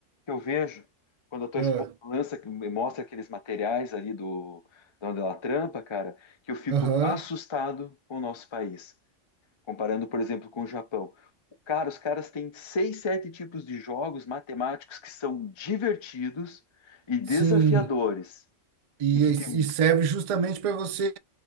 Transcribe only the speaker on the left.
que eu vejo quando a tua
esposa lança, mostra aqueles materiais ali do, de onde ela trampa, cara, que eu fico
assustado com o nosso país. Comparando, por exemplo, com o Japão. O cara, os caras têm seis, sete tipos de jogos matemáticos que são divertidos e desafiadores.
E que
tem.